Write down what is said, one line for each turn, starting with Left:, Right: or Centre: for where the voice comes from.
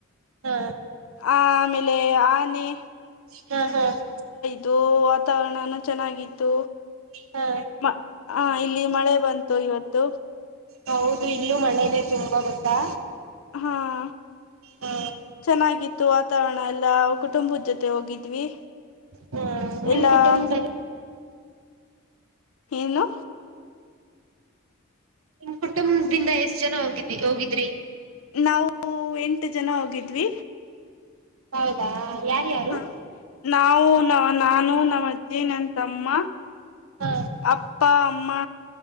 Right: ಹಾ
Left: ಆ <unintelligible> ಆಮೇಲೆ ಆನೆ
Right: ಹ್ಮ ಹ್ಮ್
Left: <unintelligible> ದು ವಾತಾವರಣನ ಚೆನ್ನಾಗಿತ್ತು
Right: ಹಾ
Left: <unintelligible> ಹ ಇಲ್ಲಿ ಮಳೆ ಬಂತು ಇವತ್ತು
Right: ಹೌದು ಇಲ್ಲೂ ಮಳೆನೆೇ ತುಂಬಾ ಗೊತ್ತಾ
Left: ಹ್ಮ್
Right: ಹ್ಮ
Left: ಚೆನ್ನಾಗಿತ್ತು ವಾತಾವರಣ ಎಲ್ಲಾ ಕುಟುಂಬದ ಜೊತೆ ಹೋಗಿದ್ವಿ
Right: ಹ್ಮ್ ನಿನ್
Left: ಎಲ್ಲಾ
Right: ಕುಟುಂಬ <unintelligible>
Left: ಏನು
Right: ನಿಮ್ ಕುಟುಂಬದಿಂದ ಎಷ್ಟ್ ಜನ ಹೋಗಿದಿ ಹೋಗಿದ್ರಿ
Left: ನಾವು ಎಂಟು ಜನ ಹೋಗಿದ್ವಿ
Right: ಹೌದಾ ಯಾರ್ಯಾರು
Left: ಹ ನಾವು ನಾನು ನಮ್ಮ್ ಅಜ್ಜಿ ನನ್ ತಮ್ಮ
Right: ಹಾ
Left: ಅಪ್ಪ ಅಮ್ಮ